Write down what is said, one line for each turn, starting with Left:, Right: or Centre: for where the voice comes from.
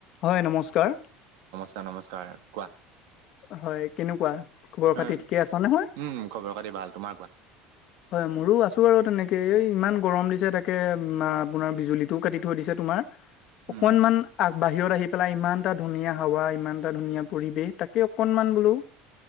Left: হয় নমস্কাৰ।
Right: অ' নমস্কাৰ। কোৱা?
Left: হয় কেনেকুৱা খবৰ
Right: উম
Left: খাতি ঠিকে আছ নহয়?
Right: উম খবৰ খাতি ভাল তোমাৰ কোৱা
Left: হয় মোৰো আছো আৰু তেনেকে এই ইমান গৰম দিছে তাক তাকে মা আপোনাৰ বিজুলীটোও কাটি থৈ দিছে তোমাৰ। অকনমান
Right: উম
Left: আ বাহিৰত আহি পেলাই ইমান এটা ধুনীয়া হাৱা ইমান এটা ধুনীয়া পৰিৱেশ তাকে অকনমান বোলো।